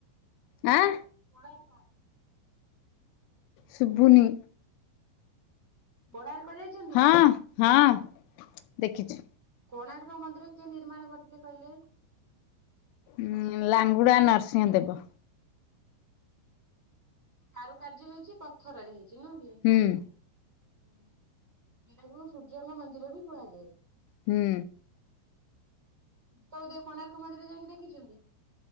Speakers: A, on the left; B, on the right.
A: ଆଁ ଆ
B: କୋଣାର୍କ?
A: ଶୁଭୁନି?
B: କୋଣାର୍କ ଯାଇଛନ୍ତି
A: ହଁ
B: ନା?
A: ହଁ ଦେଖିଛୁ
B: କୋଣାର୍କ ମନ୍ଦିର କିଏ ନିର୍ମାଣ କରିଥିଲେ କହିଲେ?
A: ଉଁ ଲାଙ୍ଗୁଡା ନରସିଂହ ଦେବ।
B: ଯଉ କାରୁକାର୍ଯ୍ୟ ହେଇଛି, ପଥରରେ ହେଇଛି ନୁହେଁ କି?
A: ହୁଁ ଉଁ
B: ହୁଁ ଉଁ ସେଟାକୁ ସୂର୍ଯ୍ୟଙ୍କ ମନ୍ଦିର ବି କୁହାଯାଏ। ସୂର୍ଯ୍ୟ
A: ହୁଁ
B: ଉଦୟ କୋଣାର୍କ ମନ୍ଦିର ଯାଇକି ଦେଖିଛନ୍ତି?